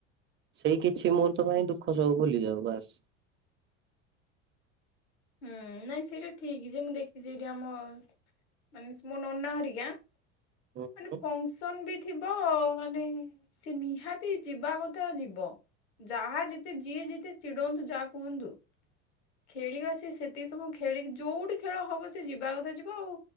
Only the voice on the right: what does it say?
ସେଇ କିଛି ମୁହୂର୍ତ୍ତ ପାଇଁ ଦୁଃଖ ସବୁ ଭୁଲି ଯାଉ ବାସ୍।
ହୁଁ ହୁଁ